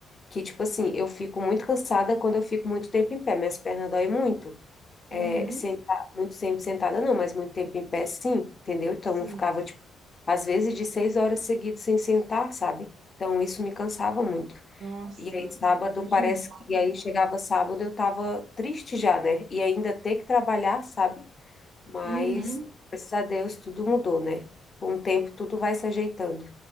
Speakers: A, on the left (about 30°); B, on the right (about 60°).
A: que, tipo assim, eu fico muito cansada quando eu fico muito tempo em pé, minhas pernas doem muito. É,
B: Uhum,
A: sentar, muito tempo sentada, não, mas muito tempo em pé, sim, entendeu? Então
B: sim.
A: eu ficava, tipo, às vezes de seis horas seguidas sem sentar, sabe? Então isso me cansava muito.
B: Nossa,
A: E aí, sábado,
B: imagina.
A: parece que. E aí, chegava sábado, eu tava triste já, né? E ainda ter que trabalhar, sabe? Mas,
B: Uhum.
A: graças a Deus, tudo mudou, né? Com o tempo, tudo vai se ajeitando.